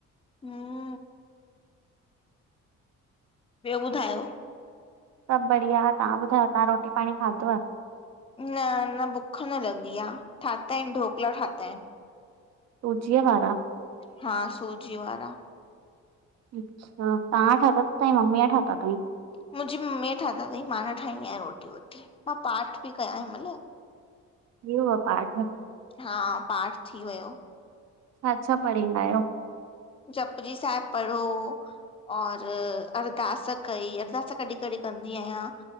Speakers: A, on the left; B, on the right.
A: हम्म ॿियो ॿुधायो?
B: सब बढ़िया, तव्हां ॿुधायो तव्हां रोटी पाणी खाधव?
A: न, अञा बुक्ख न लॻी आ, ठाता आहिनि ढोकला ठाता आहिनि।
B: सूजी अ वारा?
A: हा, सूजी वारा।
B: अच्छा, तव्हां ठाता, ताजी मम्मीअ ठाता तईं?
A: मुंहिंजी मम्मीअ ठाता तईं, मां न ठाहींदी आहियां रोटी वोटी, मां पाठ पइ कयां हिनमहिल।
B: थी वियव पाठ?
A: हा पाठ थी वयो।
B: छा-छा पढ़ींदा आयो?
A: जपजी साहिबु पढ़ो और अरदास कई, अरदास कॾी-कॾी कंदी आहियां